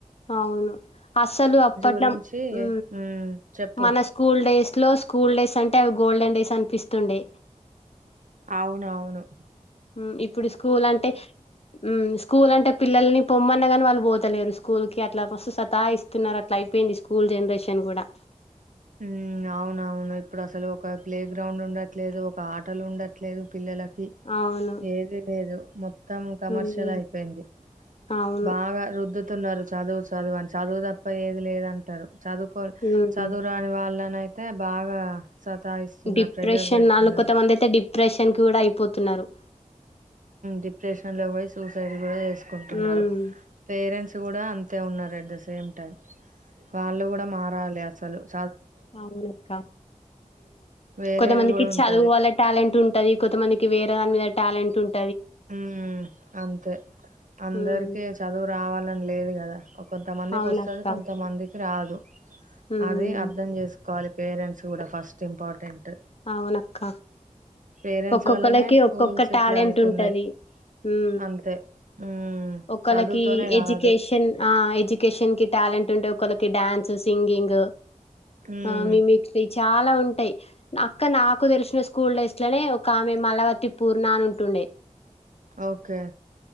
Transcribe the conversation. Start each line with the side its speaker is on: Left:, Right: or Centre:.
Left: అవును అసలు అప్పట్లో
Right: గురించి
Left: ఉ
Right: ఉమ్ చెప్పు
Left: మన స్కూల్ డేస్ ట్లో స్కూల్ డేస్ అంటే అవి గోల్డెన్ డేస్ అనిపిస్తుండే
Right: అవునవును
Left: ఉ ఇప్పుడు స్కూల్ అంటే ఉ స్కూల్ అంటే పిల్లల్ని పొమ్మన్న గాని వాళ్ళు పోతలేరు స్కూల్ కి అట్లా మస్తు సతాఇస్తున్నారు అట్లా అయిపోయింది స్కూల్ జనరేషన్ గూడా
Right: ఉ అవునవును ఇప్పుడసలు ఒక ప్లే గ్రౌండ్ ఉండట్లేదు ఒక ఆటలు ఉండట్లేదు పిల్లలక్ ది
Left: అవును
Right: ఏది లేదు మొత్ త్తం కమర్షియల్
Left: హ్మ్
Right: అయిపోయింది
Left: అవును
Right: బాగా రుద్దుత్ తున్నారు చదువు చదువు అని చదువు తప్ప ఏది లేదంటరు చదువుకోర్
Left: హ్మ్
Right: చదురు వాళ్ళనయితే బాగా సతాయిస్తున్నారు
Left: డిప్రెషన్
Right: ప్రెషర్ పెడుతున్నారు
Left: నాలుల్కొ త వందైతే డి డిప్రెషన్ కి కూడా అయిపోతున్నారు
Right: డిప్రెషన్ లో పోయి సూసైడ్ కూడా చేస్త కుంటు
Left: హ్మ్
Right: పేరెంట్స్ కూడా అంతే ఉన్నారు ఎట్ ద సేమ్ టైం వాళ్ళు కూడా మారాలి అస చాల
Left: అవును అక్క
Right: వేరేది
Left: కొంతమందికి
Right: కూడా ఉంటది
Left: చదువు వళ్ళ టాలెంట్ ఉంటది కొంతమందికి వేరే దని మీద టాలెంట్ ఉంట
Right: ఉ అంతే అందరికి
Left: హ్మ్
Right: చదువు రావాలని లేదు కదా కొంతమందికి
Left: అవునక్క
Right: వస్తుంది కొంతమందికి రాదు
Left: హ్మ్
Right: అది అర్ధం చేసుకోవాలి పేరెంట్స్ కూడా ఫస్ట్ ఇంపార్టెంట్
Left: అవునక్క
Right: పేరెంట్స్
Left: ఒక్కొక్కరికి
Right: వల్లనే స్కూల్స్
Left: ఒక్కొక్క టాలెంట్
Right: ఇట్లా అయితున్నాయి
Left: ఉంటది హ
Right: అంతే మ్మ్
Left: ఒకళకీ
Right: చదువుతోనే కాదు
Left: ఎడ్యుకేషన్ ఆ ఎడ్యుకేషన్ కి టాలెంట్. అంటే ఒకళకి డ్యాన్స్, సింగింగ.
Right: మ్మ్
Left: ఆ మీమిక్రీ చాలా ఉంటాయి. అక్క నాకు తెలిసిన స్కూల్ డేస్ లోనే ఒక్క ఆమె మలవతి పూర్ణా అని ఉంటుండే.
Right: ఓకే